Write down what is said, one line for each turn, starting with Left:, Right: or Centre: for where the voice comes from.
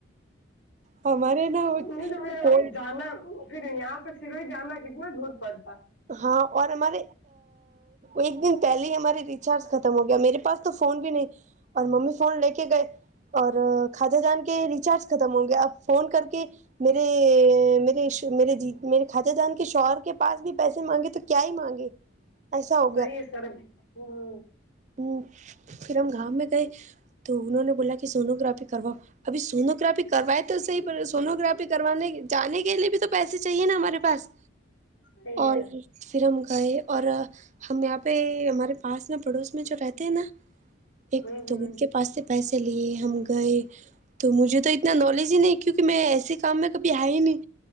Right: ہمارے نا وہ
Left: نہیں تو پھر جانا پھر یہاں سے سروئی جانا کتنا دور پڑتا ہے-
Right: ہاں اور ہمارے ایک دن پہلے ہی ہمارے ریچارج ختم ہو گیا میرے- پاس تو فون بھی نہیں اور ممی فون لے کے گئے اور کھاتا جان کے ریچارج ختم ہوں گے آپ فون کر کے میرے میرے مے میرے خجہ جان کے شوہر کے پاس بھی پیسے مانگے تو کیا ہی مانگے ایسا ہو
Left: صحیح
Right: گیا
Left: ہے سر ہوں
Right: ہ پھر ہم گام میں گئے تو انہوں نے بولا کہ سونوگررافی کروا ابھی سونو گرافی کروائے تو صح سوگررافی کروانے جانے کے لیے بھی تو پیسے چاہیے نا ہمارے پاس
Left: صحیح
Right: اور
Left: ہے
Right: سرم کا ہے اور ہم یہاں پہ ہمارے پاس نا پڑوس میں جو رہتے ہیں نا ایک
Left: ہوں
Right: د ان
Left: ہوں
Right: کے پاس سے پیسے لیے ہم گئے تو مجھے تو اتنا نالج ہی نہیں کیونکہ میں ایسے کام میں کبھی ہے ہی نہیں